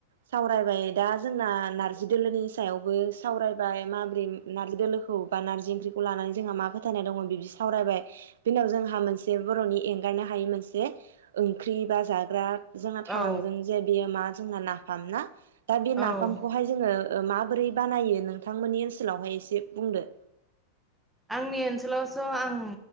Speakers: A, on the right; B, in the centre.
A: सावरायबाय दा जोंना नारजि दोलोनि सायावबो सावरायबाय माब्रै नारजि दोलोखौ बा नारजि ओंख्रिखौ लानानै जोंहा मा फोथायनाय दङ बिबदि सावरायबाय बेनि उनाव जोंहा मोनसे बर'नि एंगारनो हायि मोनसे ओंख्रि बा जाग्रा जोंहा थालांदों
B: औ
A: जे बेयो मा? जोंना नाफाम ना? दा बे
B: औ
A: नाफामखौहाय जोङो ओ माबोरै बानायो नोंथांमोननि ओनसोलावहाय एसे बुंदो,
B: आंनि ओनसोलावस' आं